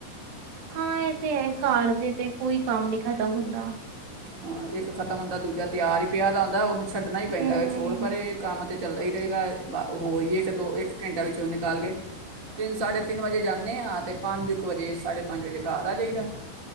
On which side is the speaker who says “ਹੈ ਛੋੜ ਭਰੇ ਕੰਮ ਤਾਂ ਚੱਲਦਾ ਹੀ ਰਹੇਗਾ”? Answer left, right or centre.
Right